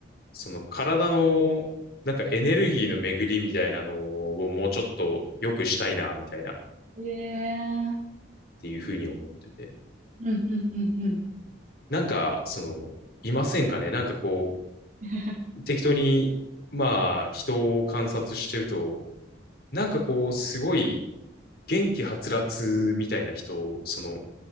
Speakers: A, on the left (about 55°); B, on the right (about 40°).
A: その体の、なんかエネルギーの巡りみたいなのをもうちょっと良くしたいな、みたいなっ
B: <laughs> えー、
A: ていうふうに思ってて。
B: うんうんうんうん。
A: なんか、その、いませんかねなんかこ
B: <laughs>
A: う、適当に、まあ、人を観察してると、なんかこう、すごい元気はつらつみたいな人を、その、